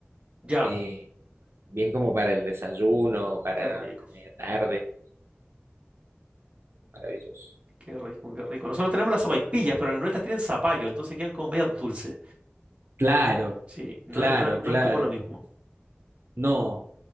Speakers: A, on the right (about 30°); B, on the right (about 80°).
A: Ya,
B: eh, bien como para el desayuno, para
A: qué rico,
B: la media tarde, maravilloso.
A: qué rico, qué rico. Nosotros tenemos las sopaipillas, pero las nuestras tienen zapallo, entonces quedan como medias dulces.
B: Claro,
A: Sí, no,
B: claro,
A: es- no, es- no
B: claro.
A: es como lo mismo.
B: No,